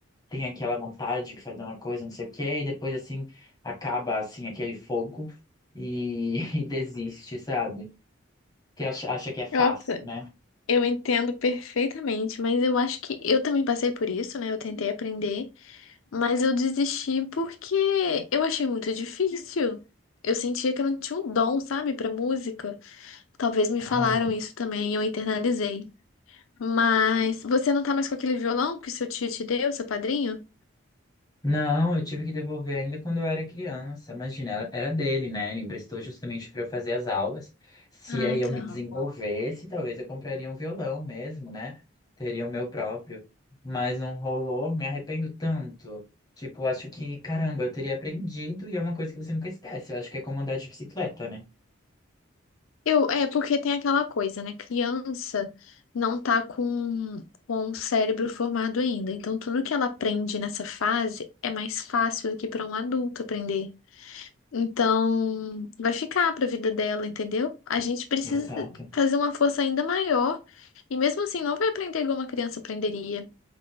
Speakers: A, on the left; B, on the left.
A: tem aquela vontade de fazer uma coisa, não sei o quê, e depois, assim, acaba, assim, aquele fogo e, <laughs> e desiste, sabe? Que acha, acha que é fácil,
B: Nossa,
A: né?
B: eu entendo perfeitamente, mas eu acho que eu também passei por isso, né? Eu tentei aprender, mas eu desisti porque eu achei muito difícil. Eu sentia que eu não tinha um dom, sabe, pra música. Talvez me falaram
A: Ai,
B: isso também e eu internalizei. Mas você não tá mais com aquele violão que seu tio te deu, seu padrinho?
A: Não, eu tive que devolver ainda quando eu era criança. Imagina, era era dele, né? Ele emprestou justamente para eu fazer as aulas. Se
B: Ah,
A: aí eu
B: tá.
A: me desenvolvesse, talvez eu compraria um violão mesmo, né? Teria o meu próprio. Mas não rolou, me arrependo tanto. Tipo, acho que, caramba, eu teria aprendido e é uma coisa que você nunca esquece. Eu acho que é como andar de bicicleta, né?
B: Eu, é porque tem aquela coisa, né? Criança não tá com, com o cérebro formado ainda. Então, tudo que ela aprende nessa fase é mais fácil do que para um adulto aprender. Então, vai ficar para a vida dela, entendeu? A gente precisa
A: Uhum. Exato.
B: fazer uma força ainda maior. E mesmo assim, não vai aprender igual uma criança aprenderia.